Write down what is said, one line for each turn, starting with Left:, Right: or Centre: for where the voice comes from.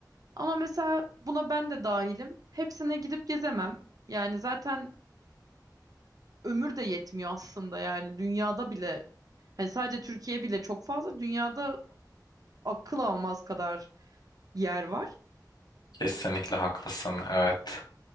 Right: Ama mesela buna ben de dahilim. Hepsine gidip gezemem. Yani zaten ömür de yetmiyor aslında yani dünyada bile hani sadece Türkiye bile çok fazla dünyada akıl almaz kadar yer var.
Left: kesinlikle haklısın. Evet.